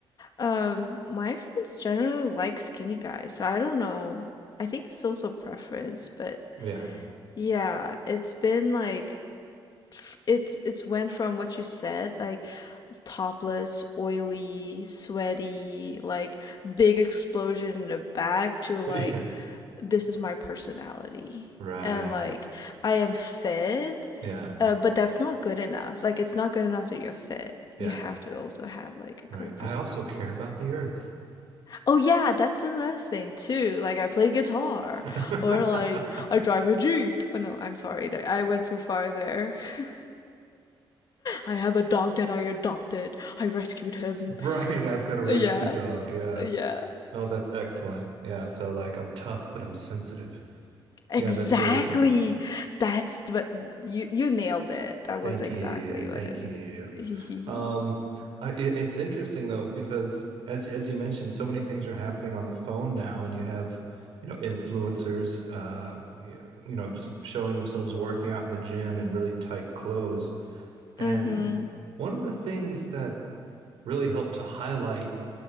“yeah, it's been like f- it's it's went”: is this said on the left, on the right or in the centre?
Left